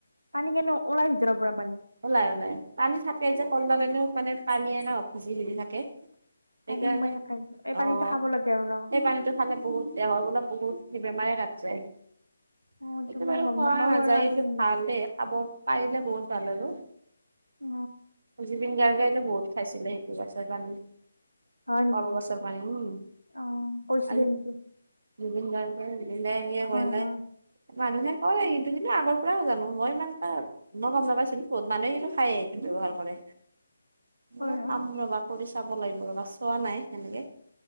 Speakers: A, on the right (about 80°); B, on the right (about 50°).
A: পানী কিন্তু ওলাই ভিতৰৰ পৰা পানী
B: ওলাই ওলাই পানী থাকে যে কলডলেনো
A: অ',
B: মানে পানীয়ে ন সিজি সিজি থাকে
A: পানী
B: সেইকাৰণে
A: সোমাই থাকে এই
B: অ
A: পানীটো খাব
B: সেই
A: লাগে আৰু ন।
B: পানীটো খালে বহুত দেহৰ বোলে বহুত বেমাৰে কাট যায়
A: অ এইটো
B: সেটো
A: মই
B: বাৰু
A: গম
B: খোৱা
A: নাপাও
B: নাযায়
A: বাৰু আজি
B: কিন্তু খালে খাব পাৰিলে বহুত ভাল আৰু
A: অ
B: জুবিন গাৰ্গেতো বহুত খাইছিলে সেইটো গছৰ পানী।
A: হয় নেকি,
B: কলগছৰ পানী উম
A: অ কৈছিলি
B: আৰু
A: নেকি?
B: জুবিন গাৰ্গে জুবিনদাই এনেকে
A: হয়
B: কৈ পেলাই
A: হয়
B: মানুহে কয় সেতু কিন্তু আগৰ পৰা জানো মই ইমান এটা মই গম নাপাই ছিল বহুত মানুহে এইতো খায়ে এইটো ব্যৱহাৰ কৰে ম
A: হয় হয়
B: খাম ৰবা কৰি চাব লাগিব ৰবা চোৱা নাই সেনেকে